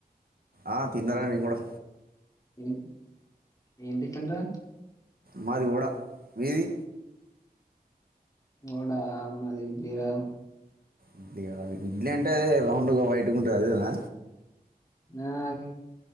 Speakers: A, on the right (about 65°); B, on the left (about 20°).
A: ఆ తిన్నారా నేను గూడా
B: ఏం ఏం టిఫిన్ రా
A: మాది వడ మీది
B: ఒడా మాది ఇడ్లీరా
A: ఇడ్లియా ఇడ్లీ అంటే అదే రౌండ్గా వైట్ గుంటది అదేనా
B: ఆ <unintelligible>